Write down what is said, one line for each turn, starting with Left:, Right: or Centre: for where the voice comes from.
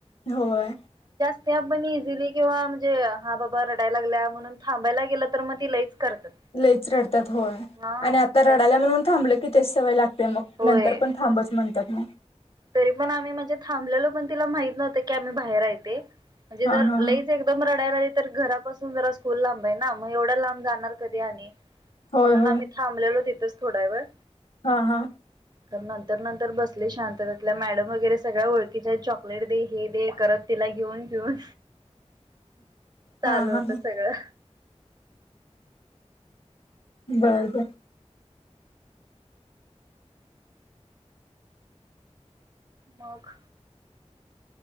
Left: होय
Right: त्या आपण इझिली किंवा म्हणजे हा बाबा रडायला लागल्या म्हणून थांबायला गेलं तर मग ती लईच करतात
Left: लईच रडतात होय
Right: हा
Left: आणि आता
Right: त्या
Left: रडाल्या म्हणून थांबलं की ते सवय लागली ते, मग
Right: होय
Left: नंतर पण थांबच म्हणत्यात मग
Right: तरी पण आम्ही म्हणजे थांबलेलो पण तिला माहित नव्हतं की आम्ही बाहेर आहे ते. म्हणजे
Left: हा
Right: जर
Left: हा हा
Right: लईच एकदम रडायला लाग तर घरापासून जरा स्कूल लांब आहे ना मग एवढ्या लांब जाणार कधी आणि
Left: होय
Right: म्हणून
Left: होय
Right: आम्ही थांबलेलो ति थच थोडावेळ
Left: हा हा.
Right: तर नंतर नंतर बसली शांत तिला मॅडम वगैरे सगळ्या ओळखीच्या आहेत चॉकलेट दे हे दे करत तिला घेऊन घेऊन चालू
Left: हा हा
Right: होतं
Left: हा
Right: सगळं.
Left: बरबरं
Right: मग